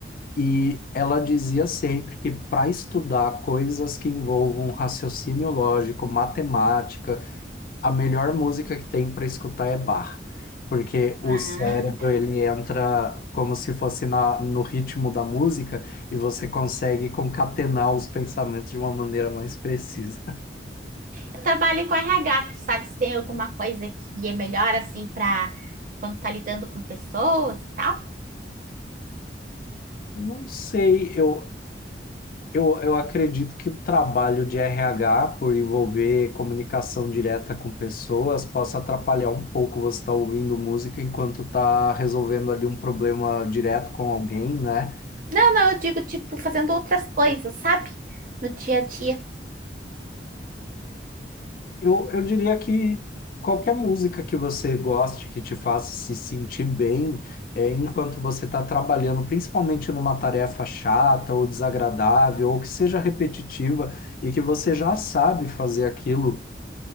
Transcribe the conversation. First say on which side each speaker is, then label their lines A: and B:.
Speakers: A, on the left; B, on the right.
A: E ela dizia sempre que para estudar coisas que envolvam raciocínio lógico, matemática, a melhor música que tem para escutar é Bach, porque o
B: Ah.
A: cérebro ele entra como se fosse na, no ritmo da música e você consegue concatenar os pensamentos de uma maneira mais precisa.
B: Eu trabalho com RH, tu sabe se tem alguma coisa que é melhor assim para quando tá lidando com pessoas e tal?
A: Eu Não sei, eu, eu, eu acredito que o trabalho de RH, por envolver comunicação direta com pessoas, possa atrapalhar um pouco você estar ouvindo música enquanto está resolvendo ali um problema direto com alguém, né?
B: Não, não, eu digo tipo fazendo outras coisas, sabe? No dia a dia.
A: Eu, eu diria que qualquer música que você goste, que te faça se sentir bem, é, enquanto você está trabalhando, principalmente numa tarefa chata ou desagradável, ou que seja repetitiva e que você já sabe fazer aquilo